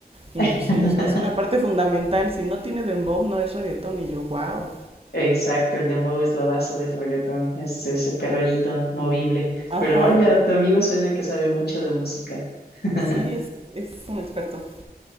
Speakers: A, on the right (about 35°); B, on the left (about 70°).
A: Y
B: <laughs>
A: me dijo, sí, o sea, es una parte fundamental, si no tiene dembow no es reggaetón, y yo, wow,
B: Exacto, el dembow es la base del reggaetón, es ese perreíto movible.
A: ajá,
B: Pero vaya, tu amigo suena que sabe mucho de música. <laughs>
A: sí, es, es un experto.